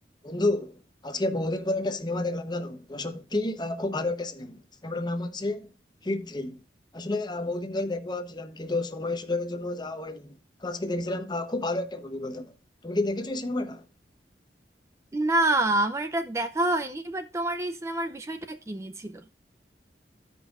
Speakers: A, on the left; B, on the right.
A: বন্ধু আজকে বহুদিন পর একটা সিনেমা দেখলাম জানো তো সত্যি আহ, খুব ভালো একটা সিনেমা সিনেমাটার নাম হচ্ছে হিট থ্রি আসলে আহ, বহুদিন ধরে দেখবো ভাবছিলাম কিন্তু সময় সুযোগের জন্য যাওয়া হয়নি তো আজকে দেখছিলাম আহ, খুব ভালো একটা মুভি বলতে পারো তুমি কি দেখেছো এই সিনেমাটা
B: না আমার এটা দেখা হয়নি বাট তোমার এই সিনেমার বিষয়টা কি নিয়েছিল